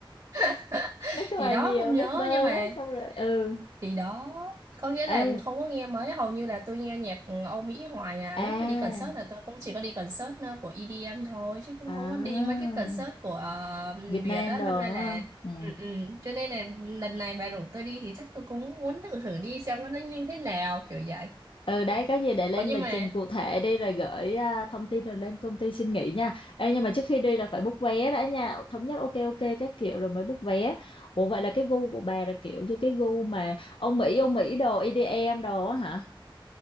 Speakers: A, on the right; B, on the left.
A: <laughs>
B: nói chung
A: thì
B: là
A: đó
B: nhiều
A: không nhớ
B: rapper
A: nhưng mà
B: quá xong rồi ừ
A: thì đó có nghĩa là
B: ê
A: không có nghe mấy hầu như là tôi nghe nhạc ừ, Âu Mỹ hoài à
B: À,
A: nếu mà đi concert là tôi cũng chỉ có đi concert ờ, của EDM thôi chứ cũng
B: à,
A: không có đi mấy cái concert của ờ,
B: Việt
A: Việt
B: Nam
A: á
B: đồ
A: đâm ra
B: đúng
A: là
B: không? Ừ.
A: ừ, ừ. cho nên là lần này bà rủ tôi đi thì chắc tôi cũng muốn thử thử đi xem nó như thế nào kiểu vậy
B: Ừ đấy có gì để lên
A: Ủa nhưng
B: lịch
A: mà
B: trình cụ thể đi rồi gửi à, thông tin rồi lên công ty xin nghỉ nha. Ê nhưng mà trước khi đi là phải book vé đã nha, thống nhất ok ok các kiểu rồi mới book vé. Ủa vậy là cái gu của bà là kiểu như cái gu mà ông Mỹ ông Mỹ đồ EDM đồ á hả?